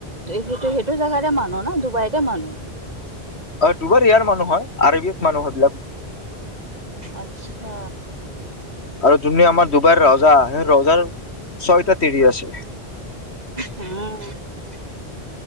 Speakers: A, on the right; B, on the left.
A: সেইটো সেইটো জেগাতে মানুহ ন ডুবাইতে মানুহ
B: অ ডুবাৰ ইয়াৰ মানুহ হয় আৰব মানুহ হয় এইবিলাক
A: আচ্ছা
B: আৰু যোনে আমাৰ ডবাইৰ ৰজা সেই ৰজাৰ ছয়টা তিৰি আছে
A: উম